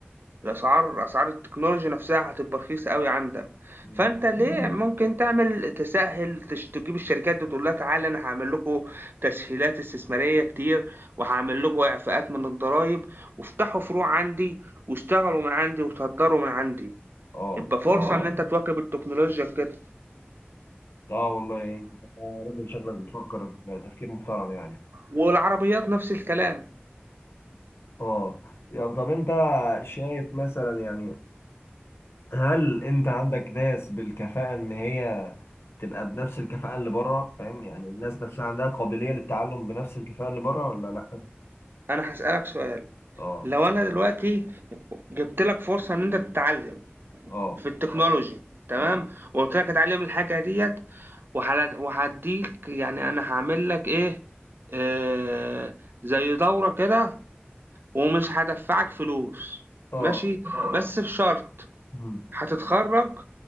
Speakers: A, on the right; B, on the left.
A: الأسعار أسعار التكنولوجيا نفسها هتبقى رخيصة أوي عندك،
B: مم.
A: فأنت ليه ممكن تعمل تسهّل تش تجيب الشركات دي تقول لها تعالَ أنا هاعمل لكم تسهيلات استثمارية كتير، وهاعمل لكم إعفاءات من الضرايب، وافتحوا فروع عندي، واشتغلوا من عندي، وتهدروا من عندي،
B: اه
A: يبقى فرصة إن آه. أنت تواكب التكنولوجيا في كده،
B: اه والله يعني انت راجل شكلك بتفكر تفكير محترم يعني
A: والعربيات نفس الكلام،
B: اه يا طب انت شايف مثلا يعني هل انت عندك ناس بالكفاءة ان هي تبقى بنفس الكفاءة اللي بره فاهم يعني الناس نفسها عندها قابلية للتعلم بنفس الكفاءة اللي بره ولا لا
A: أنا هاسألك سؤال،
B: اه
A: لو أنا دلوقتي جِبت لك فرصة إن أنت تتعلم
B: اه
A: في التكنولوجي تمام
B: اه
A: وقلت لك اتعلم الحاجه ديت وحل- وهديك يعني انا هعمل لك ايه آه زي دورة كده ومش هدفعك فلوس
B: اه
A: ماشي بس بشرط
B: مم.
A: هتتخرج